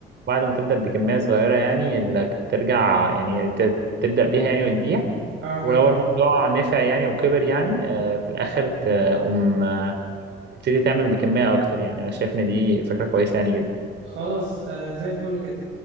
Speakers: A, on the right; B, on the right.
A: بعد ما تبدأ بكمية صغيرة يعني انك ترجع يعني ت... تبدأ بيها يعني وتبيع
B: اه فاهم
A: ولو الموضوع
B: قصدك
A: نفع يعني وكبر يعني آه، في الآخر تقوم آه، تبتدي تعمل بكمية أكتر يعني أنا شايف إن دي فكرة كويسة يعني جدا
B: خلاص آه زي الفل كده